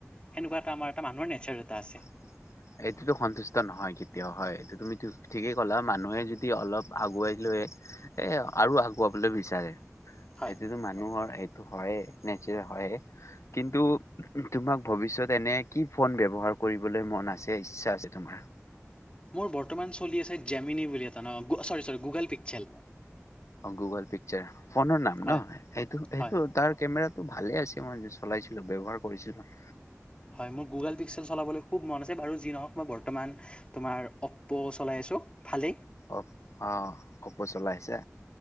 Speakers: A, on the left (about 20°); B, on the left (about 75°).
A: সেনেকুৱা এটা আমাৰ এটা মানুহৰ নেচাৰ এটা আছে
B: হয় এইটোতো সন্তুষ্ট নহয় কেতিয়াও হয় এইটো তুমি ঠিকেই ক'লা মানুহে যদি অলপ আগুৱাই লৈ এ আৰু আগুৱাবলৈ বিচাৰে
A: হয়
B: সেইটোতো মানুহৰ এইটো হয় নেচ হয় কিন্তু তোমাক ভৱিষ্যত এনে কি ফোন ব্য্ৱহাৰ কৰিবলৈ মন আছে ইচ্ছা আছে তোমাৰ
A: মোৰ বৰ্তমান চলি আছে জেমিনি বুলি এটা ন গুগল পিকসেল
B: অ গুগল পিকচাৰ ফোনৰ নাম
A: হয়
B: ন এইটো এইটো
A: হয়
B: তাৰ কেমোত ভালে আছে মই চলাইছিলো ব্ৱহাৰ কৰিছিলো
A: হয় মোৰ গুগল পিক্সেল চলাবলৈ খুব মন আছে বাৰু যি নহওক মই বৰ্তমান তোমাৰ অপ্প' চলাই আছোঁ ভালেই
B: অ অ কপো চলাইিছে